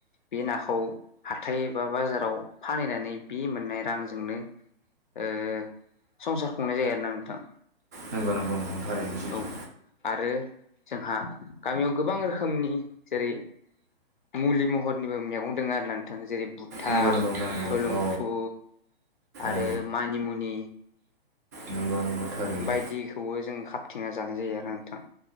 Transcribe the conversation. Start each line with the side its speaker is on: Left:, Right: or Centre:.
Left: बे नाखौ हाथायबा बाजाराव फानहैनानै बे मोननाय रांजोंनो ओ संसार खुंनाय जायो आरोना नोंथां
Right: नोंगौ नोंगौ नोंथां थारैनो सैथो
Left: औ आरो जोंहा गामियाव गोबां रोखोमनि जेरै मुलि महरनिबो मेगं दङ आरो नोंथां जेरै बुथा,
Right: नंगौ नंगौ नोंथां नंगौ
Left: थलुंफु
Right: औ
Left: आरो
Right: औ
Left: मानिमुनि,
Right: नंगौ नंगौ। थारैनो
Left: बायदिखौबो जों खाबथिंना जानाय जायो आरो नोंथां।